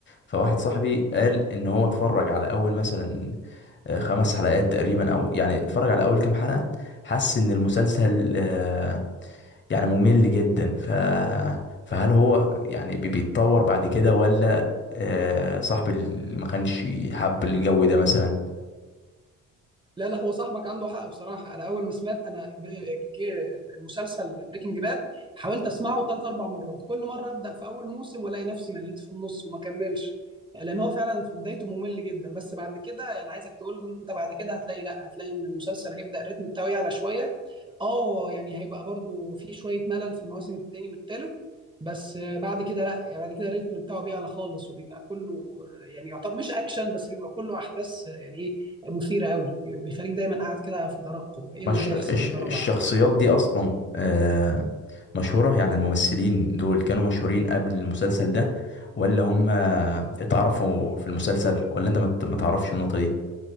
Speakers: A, on the left; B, on the right.
A: فواحد صاحبي قال ان هو اتفرج على اول مثلا آه، خمس حلقات تقريبا او يعني اتفرج على اول كام حلقة حس ان المسلسل آه، يعني ممل جدا ف فهل هو يعني بي- بيتطور بعد كده ولا آه، صاحب ال- ما كانش حب الجو ده مثلا
B: لا لا هو صاحبك عنده حق بصراحه انا اول ما سمعت انا جه المسلسل بريكنج باد حاولت اسمعه ثلاث اربع مرات كل مره ابدا في اول موسم والاقي نفسي مليت في النص وما كملش لان هو فعلا في بدايته ممل جدا بس بعد كده يعني عايزك تقول إن انت بعد كده هتلاقي لا هتلاقي ان المسلسل هيبدا الريتم بتاعه يعلى شويه اه يعني هيبقى برضو في شويه ملل في المواسم التاني والتالت بس بعد كده لا يعني بعد كده الريتم بتاعه بيعلى خالص وبيبقى كله يعني يعتبر مش اكشن بس بيبقى كله احداث يعني ايه مثيره قوي بيخليك دايما قاعد كده في ترقب ايه اللي
A: مش
B: هيحصل
A: الش-
B: يا ترى
A: الشخصيات
B: بعد
A: دي اصلا آه، مشهورة يعني الممثلين دول كانوا مشهورين قبل المسلسل ده ولا هم اتعرفوا في المسلسل ولا انت ما ت- ما تعرفش النقطة دي